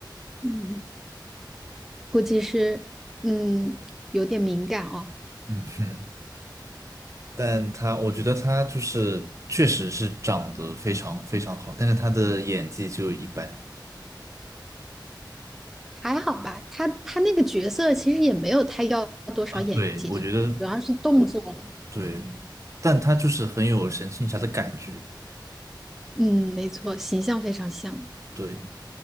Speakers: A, in the centre; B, on the right (about 40°).
A: 嗯，估计是嗯有点敏感哦。
B: 嗯哼，但他，我觉得他就是确实是长得非常非常好，但是他的演技就一般。
A: 还好吧，他他那个角色其实也没有太要多少演技，
B: 对，我觉得。
A: 主要是动作了。
B: 对，但他就是很有神奇女侠的感觉，
A: 嗯，没错，形象非常像。
B: 对。